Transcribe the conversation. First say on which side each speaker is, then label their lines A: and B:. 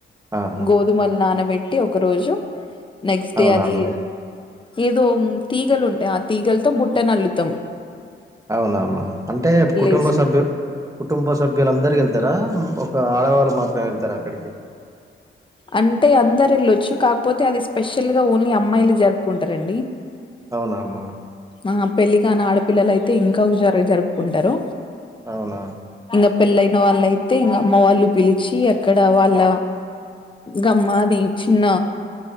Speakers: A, on the right; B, on the left.
A: ఆహా
B: గోధుమలు నానబె ట్టి ఒక రోజు నెక్స్ట్ డే
A: అవునా
B: అది
A: అమ్మా
B: ఏదో తీగలు ఉంటాయి ఆ తీగలతో బుట్ట నల్లుతాం
A: అవునా అమ్మా అంటే కుటుంబ
B: వేసి
A: సభ్యు కుటుంబ సభ్యులందరు ఎళ్తారా ఒక ఆడవాళ్ళు మాత్రమే ఎళ్తార అక్కడికి
B: అంటే అందరు ఎళ్ళొచ్చు కాకపోతే అది స్పెషల్ గా ఓన్లీ అమ్మాయిలే జరుపుకుంటారు రండి
A: అవునా అమ్మా
B: ఆ పెళ్లి కానీ ఆడపిల్లలు అయితే ఇంకా హుషారు గ జరుపుకుంటారు
A: అవునా
B: ఇంగ పెళ్ళయిన వాళ్ళయితే ఇంగ అమ్మ వాళ్ళు పిలిచి అక్కడ వాళ్ గమ్మాది చిన్న